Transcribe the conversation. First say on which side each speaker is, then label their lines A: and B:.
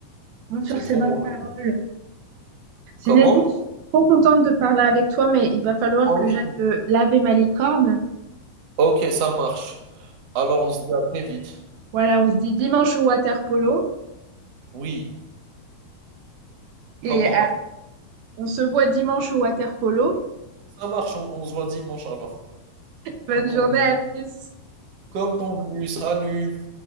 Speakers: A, on the right; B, on the right.
A: Bon, sur
B: C'est
A: ces
B: trop
A: bonnes
B: bon.
A: paroles.
B: le miel.
A: Zinedine,
B: Comment?
A: je suis trop contente de parler avec toi, mais il va falloir
B: Moi
A: que
B: aussi.
A: j'aille euh, laver ma licorne.
B: Ok, ça marche. Alors on se dit à très vite.
A: Voilà, on se dit dimanche au water polo
B: Oui.
A: et
B: Comment?
A: euh, on se voit dimanche au water polo.
B: Ça marche, on, on se voit dimanche alors.
A: Bonne
B: Comme convenu.
A: journée, à plus.
B: Comme convenu, salut.